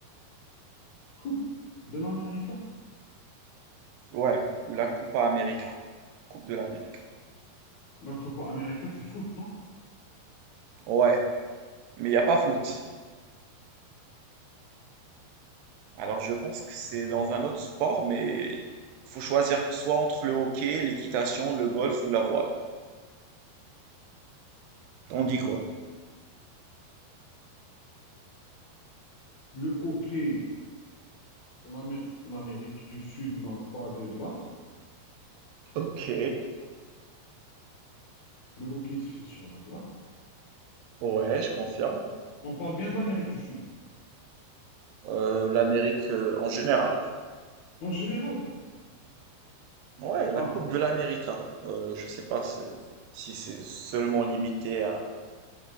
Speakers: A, on the left; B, on the right.
A: Coupe de l'Amérique.
B: Ouais, ou la Coupa América. Coupe de l'América.
A: La Copa América, c'est foot, non?
B: Ouais, mais il n'y a pas foot. Alors, je pense que c'est dans un autre sport, mais il faut choisir soit entre le hockey, l'équitation, le golf ou la voile. T'en dis quoi?
A: Le hockey, l'Amé- l'Amérique du Sud n'a pas de glace.
B: Ok,
A: Le hockey se fait sur la glace.
B: ouais, je confirme.
A: On parle bien d'Amérique du Sud.
B: Euh, l'Amérique euh, en général.
A: En général.
B: Ouais, la
A: Ah,
B: Coupe de l'Amérique. hein. Euh, je sais pas c'est- si c'est seulement limité à-